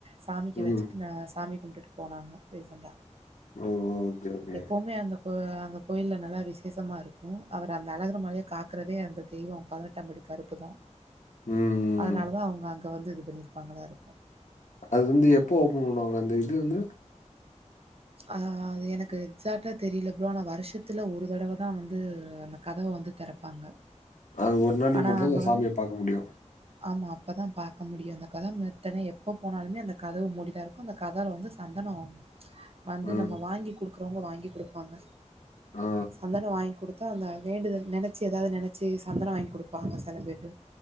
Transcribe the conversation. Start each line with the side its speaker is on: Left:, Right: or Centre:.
Right: சாமிக்கு வச்சிட்டு
Left: ம்
Right: ந சாமி வந்துட்டு போனாங்க ரீசண்டா
Left: ஓகே ஓகே
Right: எப்பவுமே அந்த அந்த கோயிலல நல்லா விசேஷமா இருக்கும் அவர் அந்த அழகுற மலையை காக்குறதே அந்த தெய்வம் பதினெட்டாம்படி கருப்பு தான்
Left: ம்
Right: அதனாலதான் அவங்க அங் இங்க வந்து இது பண்ணியிருக்காங்களா இருக்கும்
Left: அது வந்து எப்ப ஓபன் பண்ணுவாங்க அந்த இது வந்து
Right: ஆஹ்து எனக்கு எக்சாடா தெரியல ப்ரோ ஆனா வருஷத்துல ஒரு தடவைதான் வந்து அந்த கதவ வந்து திறப்பாங்க
Left: அந்த ஒரு நாளைக்கு
Right: ஆனா
Left: மட்டும் தான்
Right: அங்க
Left: அந்த
Right: வந்து
Left: சாமியை பாக்க முடியும்
Right: ஆமா அப்பதா பாக்க முடியும் அந்த கதவு எப்ப போனாலுமே அந்த கதவு மூடிதா இருக்கும் அந்த கதவுல வந்து சந்தனம் வந்து
Left: ம்.
Right: நம்ம வாங்கி குடு ருக்கறவங்க வாங்கி கொடுப்பாங்க
Left: ஆ.
Right: சந்தனம் வாங்கி் கொடுத்து அந்த வேண்டுதல நெனச்சி ஏதாவது நெனச்சி சந்தன வாங்கி கொடுப்பாங்க செலப்பேரு